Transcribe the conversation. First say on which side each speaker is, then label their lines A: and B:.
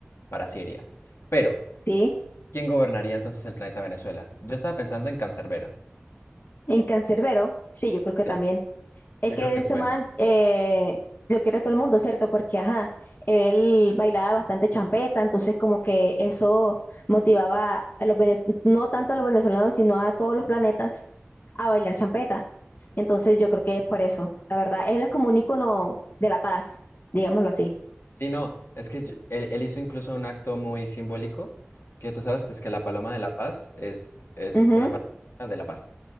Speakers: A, on the left; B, on the left.
A: para Siria. Pero,
B: ¿sí?
A: ¿quién gobernaría entonces el planeta Venezuela? Yo estaba pensando en Cancerbero.
B: En Cancerbero, sí, yo creo que
A: Sí,
B: también. Es
A: yo
B: que
A: creo que
B: ese
A: es bueno.
B: man eh, lo quiere todo el mundo, ¿cierto? Porque, ajá, él bailaba bastante champeta, entonces como que eso motivaba a los venez- no tanto a los venezolanos, sino a todos los planetas a bailar champeta. Entonces yo creo que es por eso, la verdad. Él es como un ícono de la paz, digámoslo así.
A: Sí, no, es que yo- él, él hizo incluso un acto muy simbólico, que tú sabes, pues que la paloma de la paz es, es
B: Ujú,
A: una paloma de la paz.